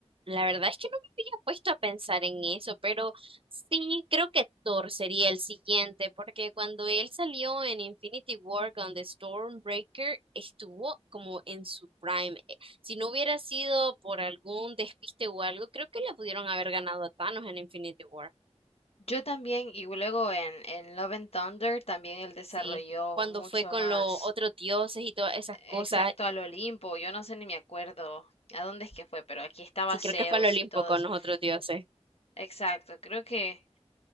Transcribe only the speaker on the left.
Yo también, y luego en, en Love and Thunder también él desarrolló
mucho
más.
Exacto, al Olimpo, yo no sé ni me acuerdo a dónde es que fue, pero aquí estaba
Zeus
y todo
eso.
Exacto, creo que